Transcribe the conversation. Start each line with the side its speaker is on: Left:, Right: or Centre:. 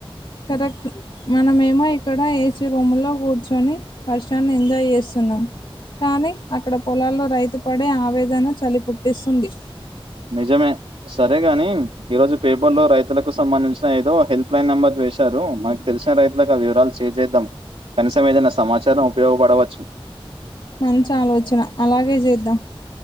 Left: కరెక్ట్ మనమేమో ఇక్కడ ఏసీ రూమ్లో కూర్చొని వర్షాన్ని ఎంజాయ్ చేస్తున్నాం కానీ అక్కడ పొలాల్లో రైతు పడే ఆవేదన చలి పుట్టిస్తుంది
Right: నిజమే సరే గాని ఈరోజు పేపర్లో రైతులకు సంబంధించిన ఏదో హెల్ప్ లైన్ నెంబర్ వేసారు మనక్ తెలిసిన రైతులకు ఆ వివరాలు షేర్ చేద్దాం కనీసం ఏదనా సమాచారం ఉపయోగపడవచ్చు
Left: మంచి ఆలోచన అలాగే చేద్దాం